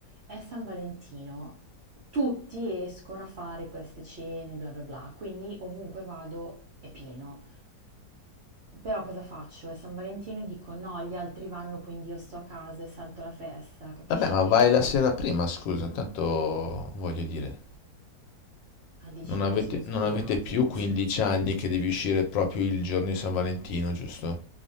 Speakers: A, on the right (about 80°); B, on the left (about 80°).
A: è San Valentino, tutti escono a fare queste cene, bla bla bla, quindi ovunque vado è pieno. Però cosa faccio? È San Valentino e dico no, gli altri vanno, quindi io sto a casa e salto la festa. Capisci
B: Vabbè, ma
A: che
B: vai
A: com-
B: la sera prima, scusa, tanto voglio dire,
A: ah, dici
B: non
A: tanto
B: avete,
A: siamo sposati,
B: non avete più
A: no?
B: 15
A: <laughs>
B: anni che devi uscire proprio il giorno di San Valentino, giusto?